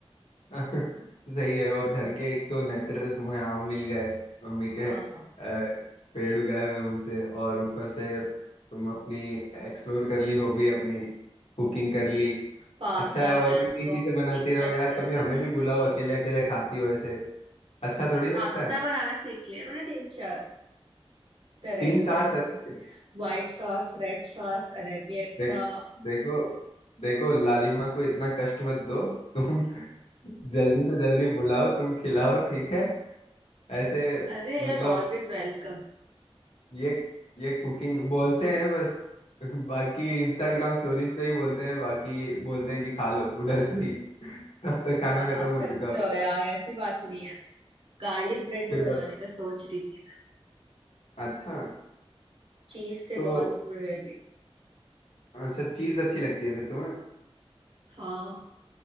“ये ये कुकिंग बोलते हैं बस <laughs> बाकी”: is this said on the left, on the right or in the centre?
Left